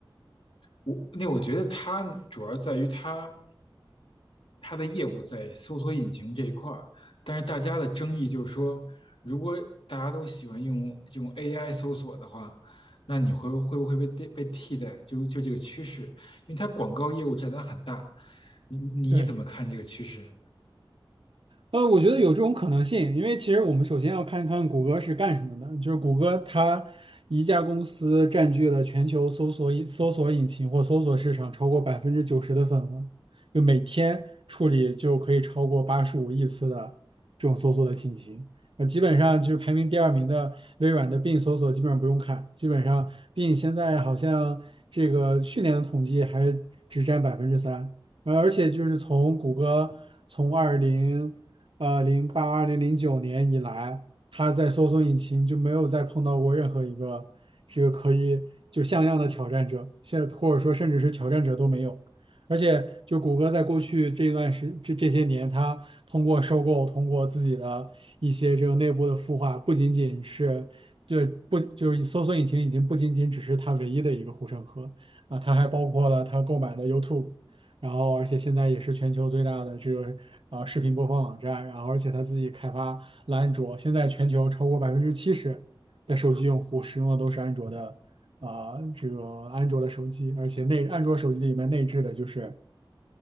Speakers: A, on the left; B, on the right.
A: 我，那我觉得它主要在于它。它的业务在搜索引擎这一块儿，但是大家的争议就是说，如果大家都喜欢用用 AI 搜索的话，那你会会不会被被替代？就就这个趋势，因为它广告业务占它很大，你你怎么看这个趋势？
B: 对。呃，我觉得有这种可能性，因为其实我们首先要看看谷歌是干什么的。就是谷歌它一家公司占据了全球搜索引搜索引擎或搜索市场超过百分之九十的份额，就每天处理就可以超过八十五亿次的这种搜索的信息。呃，基本上就是排名第二名的微软的 Bing 搜索基本上不用看，基本上 Bing 现在好像这个去年的统计还只占百分之三。呃，而且就是从谷歌从二零呃零八二零零九年以来，它在搜索引擎就没有再碰到过任何一个这个可以就像样的挑战者，现或者说甚至是挑战者都没有。而且，就谷歌在过去这段时这这些年，它通过收购，通过自己的一些这个内部的孵化，不仅仅是对不就是搜索引擎已经不仅仅只是它唯一的一个护城河啊，它还包括了它购买的 YouTube。然后而且现在也是全球最大的这个呃视频播放网站，然后而且它自己开发了安卓，现在全球超过百分之七十的手机用户使用的都是安卓的啊、这个安卓的手机，而且内安卓手机里面内置的就是